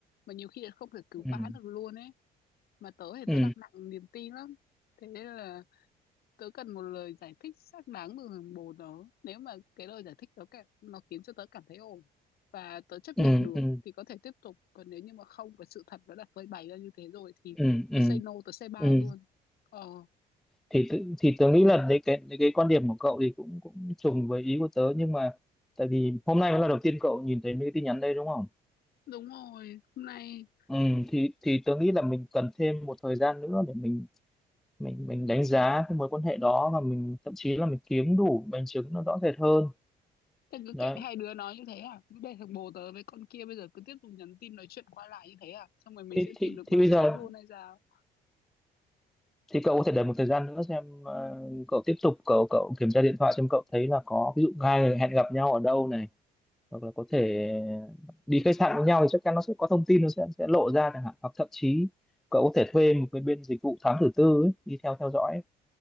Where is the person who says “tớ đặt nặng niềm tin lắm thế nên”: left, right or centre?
Left